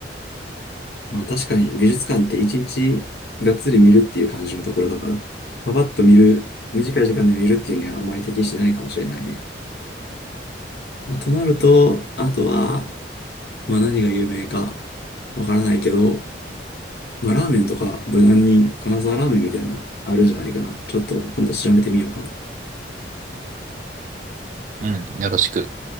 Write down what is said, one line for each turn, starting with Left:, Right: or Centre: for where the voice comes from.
Left: まあ確かに美術館って一日がっつり見るっていう感じのところだから、パパッと見る、短い時間で見るっていうにはあんまり適してないかもしれないね。まあ、となると、あとは、まあ何が有名かわからないけど、まあラーメンとか無難に金沢ラーメンみたいなあるんじゃないかな。ちょっと今度調べてみようかな。
Right: うん、よろしく。